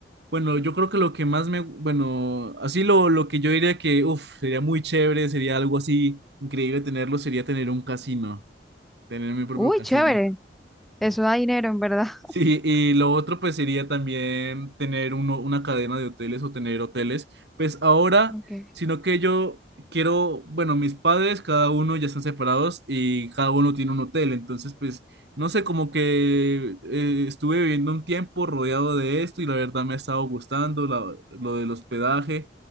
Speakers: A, on the right; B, in the centre.
A: bueno, yo creo que lo que más me, bueno, así lo, lo que yo diría que, uff, sería muy chévere, sería algo así increíble tenerlo, sería tener un casino, tener mi propio
B: uy,
A: casino.
B: chévere, eso da dinero en verdad. <laughs>
A: Sí, y lo otro pues sería también tener uno, una cadena de hoteles o tener hoteles. Pues ahora,
B: Ok,
A: sino que yo quiero, bueno, mis padres cada uno ya están separados y cada uno tiene un hotel, entonces pues no sé, como que eh, estuve viviendo un tiempo rodeado de esto y la verdad me ha estado gustando la- lo del hospedaje